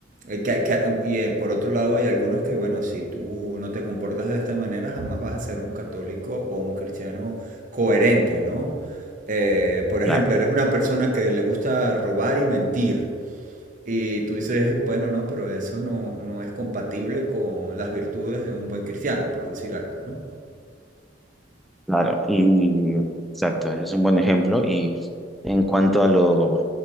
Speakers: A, on the right; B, in the centre.
A: eh, que- que- em, y eh, por otro lado hay algunos que, bueno, si tú no te comportas de esta manera, jamás vas a ser un católico o un cristiano coherente, ¿no? eh, por ejemplo,
B: claro,
A: eres una persona que le gusta robar y mentir. Y tú dices, bueno, no, pero eso no, no es compatible con las virtudes de un buen cristiano, por decir algo, ¿no?
B: claro. Y exacto, es un buen ejemplo. Y en cuanto a lo